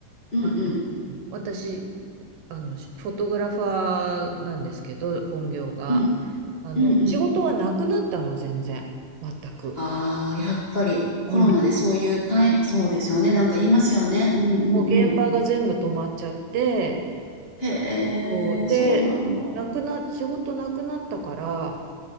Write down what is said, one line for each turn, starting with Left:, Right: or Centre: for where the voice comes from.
Left: うんうん。
Right: あの私、あの、フォトグラファーなんですけど、本業が。
Left: うんうん。
Right: あの、
Left: うんうん。
Right: 仕事がなくなったの、全然。全く。
Left: ああ、やっぱりコロナでそういう大そうですよね。
Right: うん。
Left: なんか言いますよね。うんうんうん。
Right: もう現場が全部止まっちゃって、
Left: へえ、
Right: そうで、
Left: そうなんだ。
Right: なくな、仕事なくなったから、